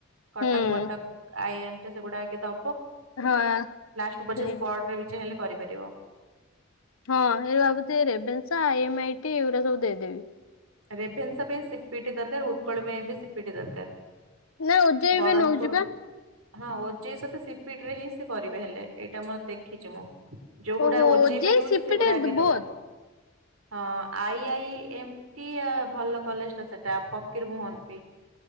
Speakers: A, on the right; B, on the left.
A: କଟକ
B: ହୁଁ।
A: ମଟକ ଆଇ ଏମ ସେଗୁଡା କି ଦ
B: ହଁ
A: ଲ ପ
B: ସେଇ
A: କରିପାର
B: ହଁ ଏ ଭାବୁଛି ରେବେନ୍ସ ଆଇଟି ଏଗୁଡା ସବୁ ଦେଇଦେବି
A: ରେଭେନ୍ସ ପାଇଁ ସିପିଟି ଦରକାର ଉତ୍କଳ ପାଇଁ ବି ସିପିଟି ଦରକାର
B: ନା ଓଜେଇ
A: ବ୍ରରମପୁର
B: ବି ନଉଚି ପା
A: ହଁ ଓ ଯେ ସତ ସିପିଡ ରେ ହିଁ ସେ କରିବ ହେଲେ ଏଇଟା ମୋର ଦେଖିଛି ମୁଁ ଯୋଉଗୁଡା
B: ଓହୋ
A: ଓଜେଇ ପାଇଁ ଦଉଛି
B: ସିପିଟି
A: ସେଇଗୁଡା ଆଗେ
B: ବୋଥ୍
A: ଦବ ହଁ ଆଇ ଆଇ ଏମ ଟି ଭଲ କଲେଜ ଟା ସେଟା ଫକୀର ହୁହନ୍ତି